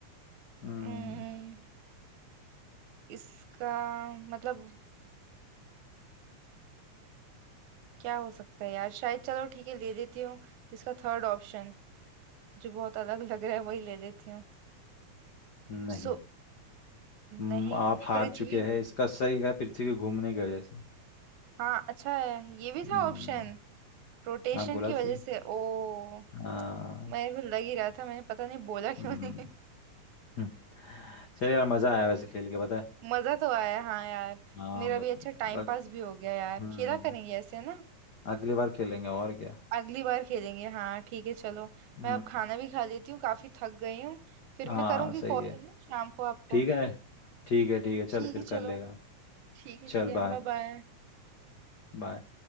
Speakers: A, on the left (about 65°); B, on the right (about 75°).
A: हम्म
B: हम्म, इसका मतलब क्या हो सकता है यार शायद चलो ठीक है ले लेती हूँ इसका थर्ड ऑप्शन जो बहुत अलग लग रहा है वही ले लेती हूँ
A: नहीं
B: सो
A: हम्म,
B: नहीं
A: आप हार
B: पृथ्वी
A: चुके हैं इसका सही है पृथ्वी के घूमने की वजह से
B: हाँ अच्छा है ये भी था
A: हम्म
B: ऑप्शन रोटेशन
A: हाँ बोला
B: की
A: सही
B: वजह से ओ
A: हाँ
B: मैं यार वो लग ही रहा था मैंने पता नहीं बोला क्यों
A: हम्म
B: नहीं
A: हम्म। चलिए यार मजा आया वैसे खेल के पता है
B: <laughs> मजा तो आया हाँ यार
A: हाँ
B: मेरा
A: बहुत
B: भी अच्छा टाइम
A: बहुत-
B: पास भी हो गया यार
A: हम्म
B: खेला करेंगे ऐसे ना
A: अगली बार खेलेंगे और क्या
B: अगली बार खेलेंगे हाँ ठीक है चलो
A: हम्म
B: मैं अब खाना भी खा लेती हूँ काफी थक गई हूँ फिर
A: हाँ
B: मैं करूँगी
A: सही
B: कॉल
A: है
B: है ना शाम को आपको
A: ठीक है ना ठीक है ठीक है चल
B: ठीक
A: फिर
B: है
A: कर
B: चलो
A: लेगा
B: ठीक है
A: चल
B: ठीक है
A: बाय
B: बाय बाय
A: बाय